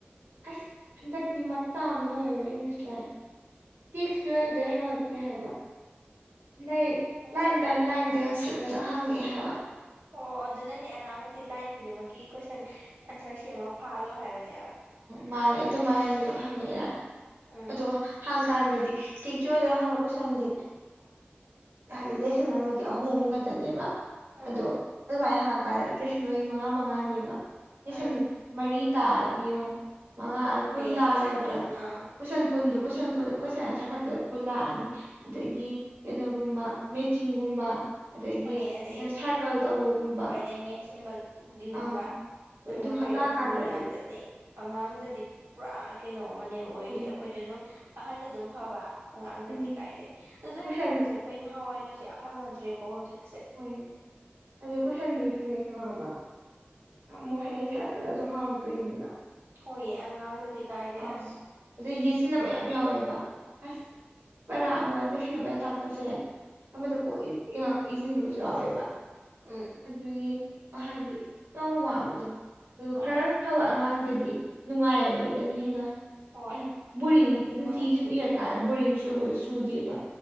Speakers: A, on the right (about 60°); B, on the right (about 85°).
A: ꯑꯁ ꯍꯟꯗꯛꯤ ꯃ ꯇꯥꯝ ꯇꯧꯋꯦꯕ ꯏꯪꯂꯤꯁ ꯂꯥꯛꯔꯦ ꯇꯦꯛꯁ ꯇ꯭ꯋꯦꯜꯗ ꯍꯪꯉꯇꯦ ꯍꯥꯏꯕ ꯗꯩ
B: ꯑꯣ
A: ꯂꯥꯏꯟ ꯕꯥꯏ ꯂꯥꯏꯟꯗꯒꯁꯠꯂꯒ ꯍꯪꯉꯛꯑꯦ ꯍꯥꯏꯕ
B: ꯑꯣ ꯑꯗꯨꯅꯗꯤ ꯑꯉꯥꯡꯈꯣꯏꯩꯁꯤ ꯂꯥꯏꯟ ꯈꯨꯗꯤꯡꯃꯛꯀꯤ ꯀꯣꯏꯁꯟ ꯑꯟꯆꯥ ꯁꯃ ꯐꯜꯣ ꯍꯥꯏꯕꯅꯦ
A: ꯃꯥꯅꯤ ꯑꯗꯨꯃꯅꯅꯤ ꯍꯪꯉꯛꯏꯔꯥ
B: ꯎꯝ
A: ꯑꯗꯣ ꯍ ꯀꯥꯟꯗꯗꯤ ꯇꯤꯛꯆꯣꯗ ꯍꯪꯕ ꯀꯣꯏꯁꯟꯗꯤ ꯍꯥꯏꯗꯤ ꯂꯦꯁꯟ ꯑꯃꯒꯤ ꯑꯍꯨꯝ ꯑꯍꯨꯝ ꯈꯛꯇꯪ ꯅꯦꯕ
B: ꯎꯝ
A: ꯑꯗꯣ ꯑꯗꯨꯃꯥꯏꯅ ꯍꯥꯛꯀ ꯂꯤꯁꯤꯡ ꯑꯔꯤ ꯃꯉꯥ ꯃꯉꯥꯅꯦꯕ ꯂꯤꯁꯟ
B: ꯎꯝ
A: ꯃꯔꯤ ꯇꯥꯑꯗꯤꯌꯣ ꯃꯉꯥ
B: ꯍꯣꯏꯌꯦ
A: ꯀꯨꯟ ꯇꯥꯒ꯭ꯔꯗ꯭ꯔꯥ
B: ꯀꯣꯏꯁꯟ ꯀꯨꯟ ꯑꯥ
A: ꯎ ꯁꯪꯀꯨꯟꯗꯨ ꯀꯣꯏꯁꯟꯨ ꯀꯣꯏꯁꯟ ꯑꯟꯁꯥꯔ ꯈꯛꯇ ꯀꯨꯟ ꯂꯥꯛꯑꯅꯤ ꯑꯗꯒꯤ ꯀꯩꯅꯣꯒꯨꯝꯕ ꯃꯦꯆꯤꯡꯒꯨꯝꯕ ꯑꯗꯒꯤ
B: ꯍꯣꯏꯌꯦ ꯑꯗꯩ
A: ꯁꯔꯀꯜ ꯇꯧꯕꯒꯨꯝꯕ
B: ꯍꯣꯏ ꯑꯗꯩ ꯃꯦꯟꯁꯤꯟꯕꯒꯤꯒꯨꯝꯕ
A: ꯑꯪ
B: ꯑꯗꯨꯝꯕ
A: ꯍꯣꯏ ꯑꯗꯨ
B: ꯈꯔ
A: ꯍꯠꯂꯛꯑꯀꯥꯟꯗꯗꯤ
B: ꯌꯥꯎꯁꯤꯟꯈꯤꯀꯥꯟꯗꯗꯤ ꯑꯉꯥꯡꯗꯗꯤ ꯄꯨꯔꯥ ꯀꯩꯅꯣ ꯑꯃꯅꯦꯕ ꯑꯣꯏꯔꯤꯁꯦ
A: ꯍꯣꯏꯌꯦ
B: ꯑꯩꯈꯣꯏꯗ ꯑꯗꯨꯝ ꯑꯍꯟꯗ ꯑꯗꯨꯝ ꯐꯕ ꯑꯉꯥꯡꯗꯗꯤ
A: ꯎꯝ
B: ꯀꯥꯏꯗꯦ ꯑꯗꯨ ꯂꯥꯏꯔꯤꯛ
A: ꯀꯣꯏꯁꯟ
B: ꯇꯝꯕꯁꯦ ꯑꯩꯈꯣꯏ ꯅꯍꯥꯟꯋꯥꯏꯒꯁꯨ ꯌꯥꯝ ꯃꯥꯟꯅꯗ꯭ꯔꯦꯀꯣ ꯍꯧꯖꯤꯛ
A: ꯍꯣꯏ ꯑꯗꯨꯗ ꯈꯨꯣ ꯁꯟꯗꯨꯁ ꯑꯗꯨꯨꯝꯅꯦ ꯈꯪꯉꯕ ꯑꯃꯨꯛ ꯍꯌꯦꯡ ꯁꯠ ꯁꯠꯂꯁꯨ ꯍꯥꯡꯛꯇꯣꯏꯅꯦꯕ
B: ꯍꯌꯦ ꯑꯉꯥꯡꯗꯗꯤ ꯀꯥꯏꯗꯩ
A: ꯑꯥ
B: ꯑꯁ
A: ꯑꯗꯨ ꯌꯦꯠꯁꯤꯟꯅꯕ ꯌꯥꯝ ꯌꯥꯎꯋꯦꯕ ꯑꯁ ꯄꯔꯥ ꯑꯃ ꯂꯩꯁꯟ ꯑꯃꯗ ꯇꯥꯛꯄꯁꯦ ꯑꯃꯗ ꯀꯣ ꯏꯁꯤꯟꯕꯁꯨ ꯌꯥꯎꯋꯦꯕ
B: ꯎꯝ
A: ꯑꯗꯨꯒꯤ ꯍꯥꯏꯗꯤ ꯌꯥꯝ ꯋꯥꯕꯗꯣ ꯑꯗꯨ
B: ꯍꯣꯏ
A: ꯈꯔ ꯐꯕ ꯑꯉꯥꯡꯗꯗꯤ ꯅꯨꯡꯉꯥꯏꯔꯝꯃ ꯅ ꯍꯦꯟꯅ
B: ꯍꯣꯏ
A: ꯍꯥꯏ ꯕꯣꯔꯤꯡ
B: ꯑꯗꯨꯅ
A: ꯅꯨꯡꯇꯤ ꯁꯨꯝ ꯏꯔꯀꯥꯟꯗ ꯕꯣꯔꯤꯡꯁꯨ ꯆꯨꯗꯦꯕ